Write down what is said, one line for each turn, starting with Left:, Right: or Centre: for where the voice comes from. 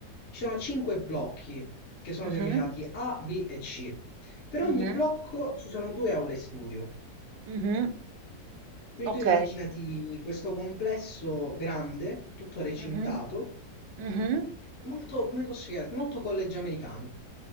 Left: Ci sono cinque blocchi che sono
Right: mhm,
Left: denominati A, B e C. Per
Right: mhm,
Left: ogni blocco ci sono due aule studio.
Right: mhm.
Left: Quindi
Right: Ok.
Left: tu immaginati questo complesso grande, tutto recintato,
Right: Mhm, mhm,
Left: molto, come posso spiegarti, molto college americano,